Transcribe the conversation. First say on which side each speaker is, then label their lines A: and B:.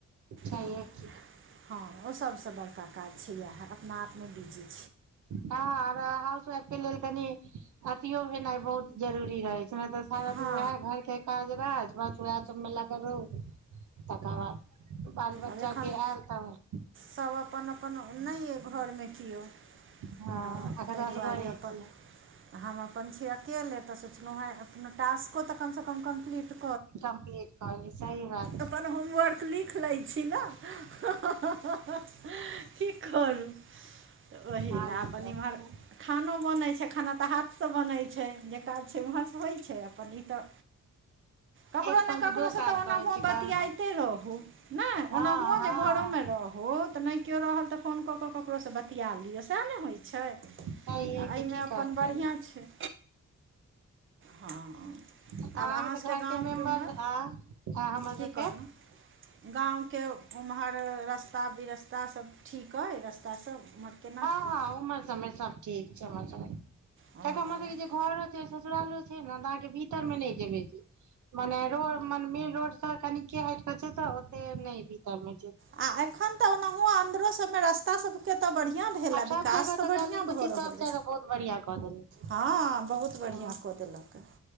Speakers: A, on the right; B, on the right.
A: छैहे
B: -
A: की
B: हँ ओ सब सँ बड़का काज छै इएहे अपना आप मे बीजी- -
A: हँऔर हाउस वाइफ के लेल कनी अथियो भेनाय बहुत जरूरी रहै। नैई त सारा
B: हँ
A: दिन वएह घर के काज -राज बस उएह सब मे लागल रहु- - तकर बाद बाल बच्चा
B: आब एखन
A: के एल त- -
B: सब अपन -अपन नैय अई घर मे कियो- -
A: हँ
B: तऽ
A: अगर
B: तैय
A: असगरे
B: दुआरे अपन-
A: छियै
B: - हम अपन छी अकेले तऽ सोचलौ हँ अपना टास्को तऽ कम से कम कम्प्लीट- -
A: कम्प्लीट कऽ ली सही बात- -
B: अपन होमवर्क लिख लै छी न हा - हा की करू- - ओही
A: हँ
B: लए
A: नहि
B: अपन
A: तऽ
B: इम्हर खानो बनैत छै खाना तऽ हाथ सँ बनै छै जे काज छै ओम्हर से होय छै। कहीं तऽ ककरो
A: एक पंथ
B: ने ककरो
A: दू
B: से
A: काज
B: तऽ ओनाहो
A: करै छै
B: बात-
A: कहू
B: - ईतिहाते
A: ने
B: रहू नै
A: हँ
B: ओनाहु
A: हँ
B: जे घरो मे रहू तऽ नैय कियो रहल तऽ फोन कऽ क- - ककरो सँ बतिया लिया सेएह न होय छैय तऽ
A: सहिये कि
B: एहिमे
A: की
B: अपन
A: करतै
B: बढ़ियाँ
A: लोक
B: छैय। हँ।
A: अहाँके
B: आब आहाँ सब
A: तऽ
B: के
A: घरके
B: गाँव
A: मेम्बर
B: के उम्हर
A: आ हमर
B: की
A: सबके
B: कहलौ। गाँव के उम्हर रास्ता बिरस्ता सब ठीक अइ रास्ता सब। केना
A: हँ
B: की
A: हँ उम्हर सब मे सब ठीक छै उम्हर सबमे किया
B: ओ
A: कि हमर सबके जे घर सोसरालो छैन आहाँ के भीतर मे नै जेबै मने रोड मेन रोड स कनिके हैट क छै तऽ ओते नै भितर मे जेत।
B: आ एखन तऽ ओनाहु आ अन्दरो सब मे रास्ता सब केतऽ बढ़ियाँ भेल
A: आ
B: विकास
A: सब जगह
B: तऽ बढ़ियाँ
A: गली कुची
B: भऽ रहल
A: सब
B: अइ।
A: जगह बहुत बढ़िया कऽ देने छै
B: हँ बहुत बड़िया
A: ओ
B: कऽ देलक